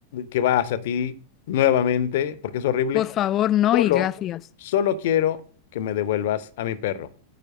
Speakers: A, on the left (about 55°); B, on the left (about 30°).
A: que va hacia ti nuevamente, porque es horrible,
B: Por favor, no
A: solo,
B: y gracias.
A: solo quiero que me devuelvas a mi perro.